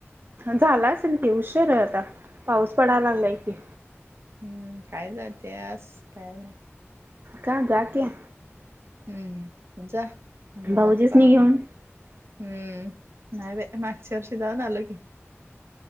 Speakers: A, on the right; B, on the right.
A: झाला असेल कि उशीर आहे आता पाऊस पडायला लागलाय की.
B: हम्म काय जात आस काय नाही
A: का जा की
B: हम्म जा घरात
A: भाऊजीसनी
B: पाहुणे
A: घेऊन
B: हम्म नाही बाई मागच्या वर्षी जाऊन आलोय की.